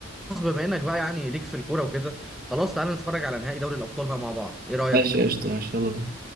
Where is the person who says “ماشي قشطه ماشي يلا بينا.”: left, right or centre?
Right